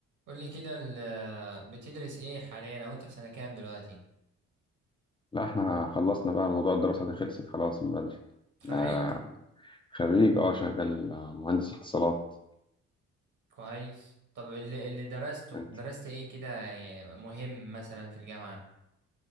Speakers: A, on the right (about 55°); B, on the left (about 15°).
A: قولي كده ال- بتدرس ايه حاليا او انت في سنة كام دلوقتي
B: لا احنا خلصنا بقى موضوع الدراسة دي خلصت خلاص من بدري
A: خريج
B: انا خريج اه شغال آه، مهندس اتصالات
A: كويس طب اللي اللي درسته
B: انت
A: درست ايه كده مهم مثلا في الجامعة